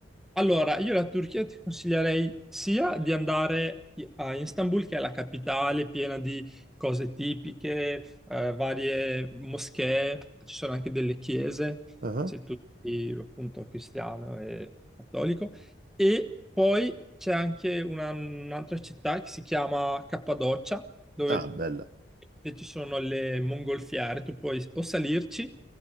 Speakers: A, in the centre; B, on the right.
A: allora, io la Turchia ti consiglierei sia di andare i- a Istanbul, che è la capitale piena di cose tipiche, eh, varie moschee, ci sono anche delle chiese,
B: Ah.
A: se tu sei appunto cristiano e cattolico, e poi c'è anche una- un'altra città che si chiama Cappadocia, dove
B: Ah, bella.
A: e ci sono le mongolfiere, tu puoi o salirci